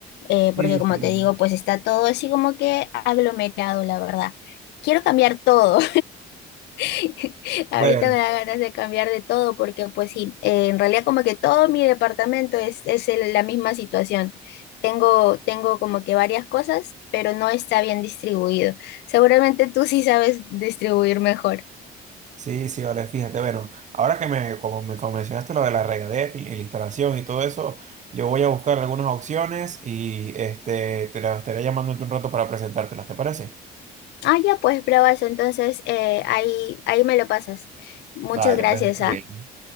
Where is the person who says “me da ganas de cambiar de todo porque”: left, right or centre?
Left